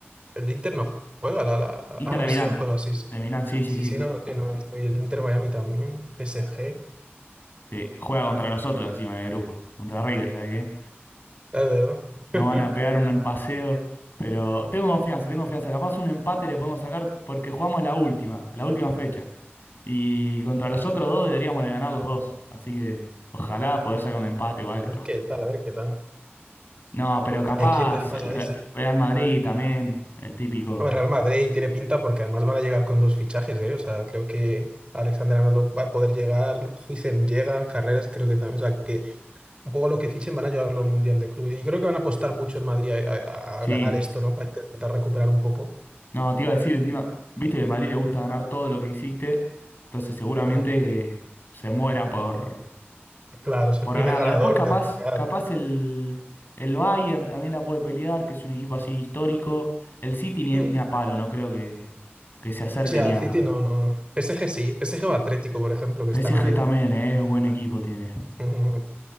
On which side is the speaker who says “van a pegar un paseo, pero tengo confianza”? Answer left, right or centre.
Left